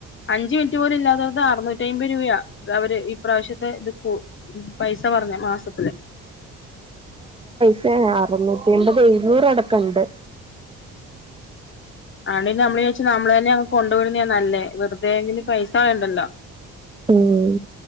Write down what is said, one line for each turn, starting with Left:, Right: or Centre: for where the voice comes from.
Left: അഞ്ച് മിനിറ്റ് പോലും ഇല്ലാതെ അറുനൂറ്റി അയിമ്പത് രൂപയാ അവര് ഈ പ്രാവശ്യത്തെ ഇത്കു പൈസ പറഞ്ഞെ മാസത്തിന്
Right: ഏ അറുന്നൂറ്റിമ്പത് നൂറടക്കംണ്ട്
Left: ആണേൽ നമ്മൾ വിചാരിച്ചു നമ്മള്ളനെങ്ങ് കൊ കൊണ്ടുവിടുന്നയാ നല്ലേ വെറുതെ എന്തിന് പൈസ കളയണ്ടല്ലോ
Right: ഉം